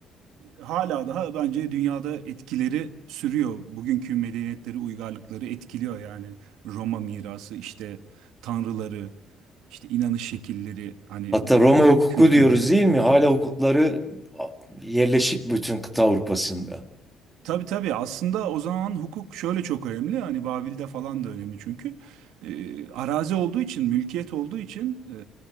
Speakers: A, on the right; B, in the centre.
A: hala daha bence dünyada etkileri sürüyor. Bugünkü medeniyetleri, uygarlıkları etkiliyor yani. Roma mirası, işte tanrıları, işte inanış şekilleri, hani
B: Hatta Roma hukuku
A: kültürleri.
B: diyoruz değil mi? Hala hukukları yerleşik bütün kıta Avrupa'sında.
A: Tabii tabii aslında o zaman hukuk şöyle çok önemli hani Babil'de falan da önemli çünkü Ee, arazi olduğu için mülkiyet olduğu için e,